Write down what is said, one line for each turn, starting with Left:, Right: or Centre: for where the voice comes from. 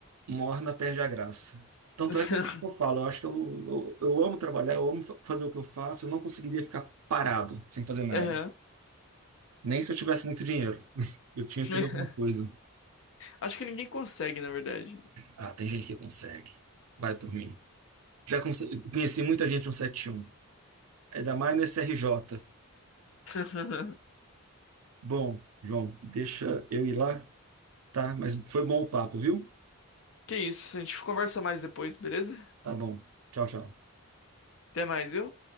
Right: morna, perde a graça. Tanto
Left: <laughs>
Right: é que eu, eu falo, eu acho que eu, eu, eu amo trabalhar, eu amo fa- fazer o que eu faço, eu não conseguiria ficar parado sem fazer nada.
Left: Aham.
Right: Nem se eu tivesse muito dinheiro. <laughs> Eu tinha
Left: <laughs>
Right: que fazer alguma coisa.
Left: Acho que ninguém consegue, na verdade.
Right: Ah, tem gente que consegue. Vai por mim. Já conse- conheci muita gente no 71. Ainda mais no SRJ.
Left: <laughs>
Right: Bom, João, deixa eu ir lá, tá? Mas foi bom o papo, viu?
Left: Que isso, a gente conversa mais depois, beleza?
Right: Tá bom. Tchau, tchau.
Left: Até mais, viu?